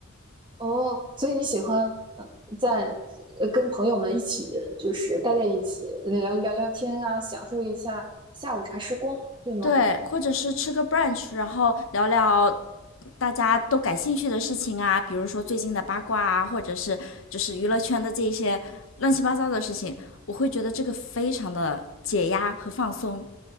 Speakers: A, on the right; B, on the left.
A: 哦，所以你喜欢嗯，呃在呃跟朋友们一起就是待在一起聊聊聊天啊，享受一下下午茶时光，对吗？
B: 对，或者是吃个 brunch，然后聊聊大家都感兴趣的事情啊，比如说最近的八卦啊，或者是就是娱乐圈的这一些乱七八糟的事情，我会觉得这个非常的解压和放松。